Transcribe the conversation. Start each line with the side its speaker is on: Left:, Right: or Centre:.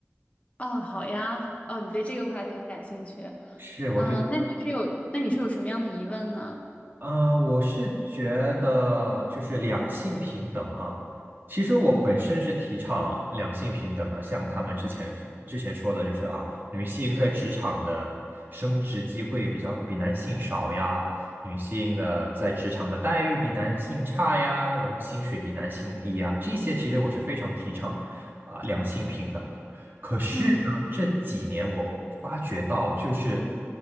Left: 哦，好呀。哦，你对这个话题很感兴趣。
Right: 是我对，
Left: 嗯、那你是有，那你是有什么样的疑问呢？
Right: 啊、我是觉得就是两性平等啊。其实我本身是提倡两性平等的，像他们之前之前说的，就是啊，女性在职场的升职机会比较比男性少呀，女性的在职场的待遇比男性差呀，然后薪水比男性低呀，这些其实我是非常提倡啊、两性平等的。可是呢，
Left: 嗯，
Right: 这几年我发觉到，就是